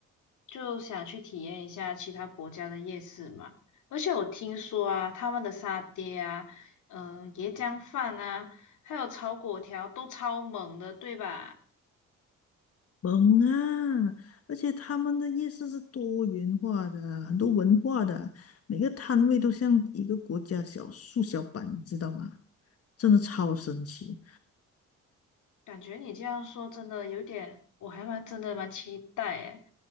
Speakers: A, on the left; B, on the left.
A: 就想去体验一下其他国家的夜市嘛。而且我听说啊，他们的沙爹啊，嗯，椰浆饭啊，还有炒粿条都超猛的，对吧？
B: 萌啊！而且他们的夜市是多元化的，很多文化的，每个摊位都像一个国家小缩小版，你知道吗？真的超神奇。
A: 嗯感觉你这样说真的有点，我还蛮真的蛮期待诶，